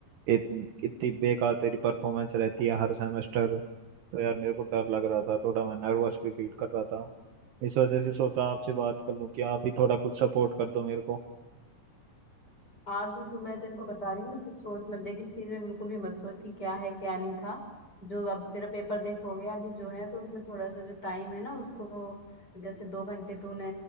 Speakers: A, on the right; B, on the left.
A: इत, इतनी बेकार तेरी परफॉर्मेंस रहती है हर सेमेस्टर तो यार मेरे को डर लग रहा था थोड़ा मैं नर्वस भी फील कर रहा था इस वजह से सोचा आपसे बात कर लूँ कि आप ही थोड़ा कुछ सपोर्ट कर दो मेरे को
B: हाँ तो, तो मैं तेरे को बता रही हूँ ना कि सोच मत देख इस चीज में बिल्कुल भी मत सोच कि क्या है क्या नहीं था जो अब तेरा पेपर देख हो गया अभी जो है तो उसमें थोड़ा सा जो टाइम है ना उसको जैसे दो घंटे तूने